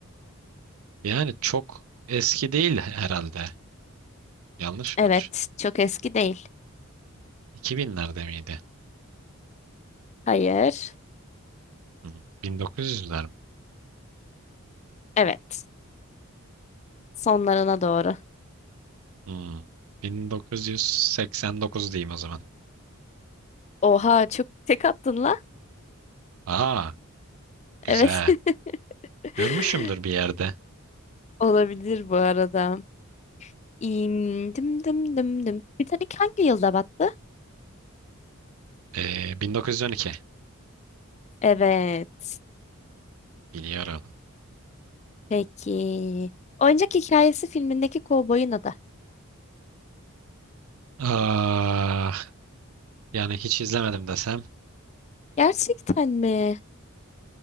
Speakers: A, on the right; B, on the left.
A: Yani çok eski değil herhalde. Yanlış
B: Evet,
A: mı düşünüyorum?
B: çok eski değil.
A: 2000'lerde miydi?
B: Hayır.
A: Hmm, 1900'ler mi?
B: Evet, sonlarına doğru.
A: Hmm, 1989 diyeyim o zaman.
B: Oha, çok tek attın la.
A: Aa, güzel.
B: Evet. <laughs>
A: Görmüşümdür bir yerde.
B: Olabilir bu arada. İm, dım dım dım dım. Titanic hangi yılda battı?
A: Ee, 1912.
B: Evet.
A: Biliyorum.
B: Peki. Oyuncak Hikayesi filmindeki kovboyun adı.
A: Aa, yani hiç izlemedim desem.
B: Gerçekten mi?